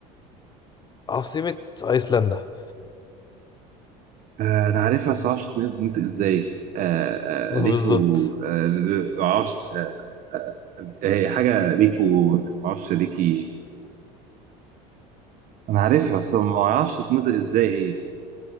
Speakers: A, on the left; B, on the right.
A: عاصمة أيسلندا
B: آه، انا عارفها بس معرفش تنطق ازاي آه،
A: <laughs> ما
B: آه، ريكو
A: بالظبط
B: آه، ر- معرفش آه، آه، هي حاجة ريكو معرفش ريكي انا عارفها بس معرفش تنطق ازاي هي